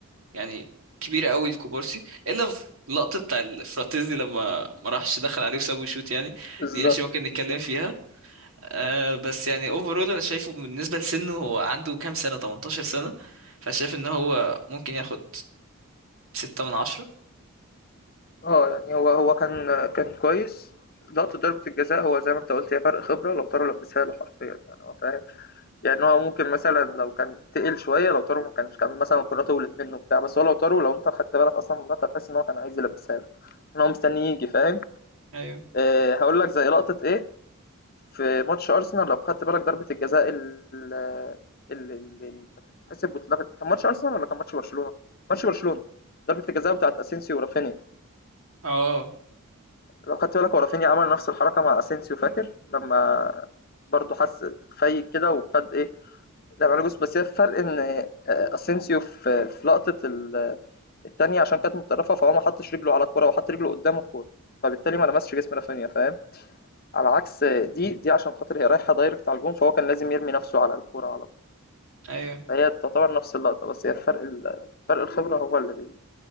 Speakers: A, on the right; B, on the left.
A: يعني كبيرة قوي الكوبارسي الا في لقطة بتاع الفراتيزي لما ما راحش دخل عليه وسابه يشوت يعني
B: بالظبط
A: دي عشان ممكن نتكلم
B: بالظبط
A: فيها آه بس يعني اوفرول انا شايفه بالنسبة لسنه هو عنده كام سنة 18 سنة فشايف ان هو ممكن ياخد 6 من 10
B: اه يعني هو هو كان آه، كان كويس لقطة ضربة الجزاء هو زي ما انت قلت هي فرق خبرة لو طاروا لبسها له حرفيا يعني هو فاهم يعني هو ممكن مثلا لو كان تقل شوية لو طاروا ما كانش كان مثلا الكرة طولت منه بتاع بس هو لو طاروا لو انت خدت بالك أصلا من اللقطة تحس إن هو كان عايز يلبسها له إن هو مستني يجي فاهم
A: ايوه
B: آه، هقول لك زي لقطة ايه في ماتش أرسنال لو خدت بالك ضربة الجزاء ال- اللي اللي كانت هتتحسب واتلغت كان ماتش أرسنال ولا كان ماتش برشلونة؟ ماتش برشلونة ضربة الجزاء بتاعت أسينسيو ورافينيا
A: اه
B: لو خدت بالك هو رافينيا عمل نفس الحركة مع أسينسيو فاكر لما برضه حس فايق كده وخد إيه لما عمل جوز بس هي الفرق إن آه، أسينسيو في في لقطة ال- التانية عشان كانت متطرفة فهو ما حطش رجله على الكورة وحط رجله قدام الكورة فبالتالي ما لمسش جسم رافينيا فاهم؟ على عكس دي دي عشان خاطر هي رايحة دايركت على الجون فهو كان لازم يرمي نفسه على الكورة على طول
A: ايوه
B: فهي تعتبر نفس اللقطة بس هي الفرق ال- فرق الخبرة هو اللي بي